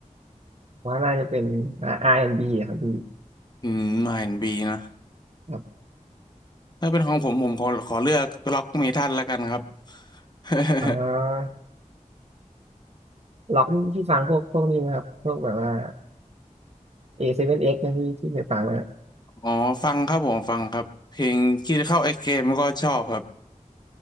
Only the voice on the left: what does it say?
อืม R&B นด์บีนะ
ถ้าเป็นของผมผมขอขอเลือกร็อกเมทัลแล้วกันครับ <laughs>
อ๋อฟังครับผมฟังครับเพลงคิดเข้าไอเกมก็ชอบครับ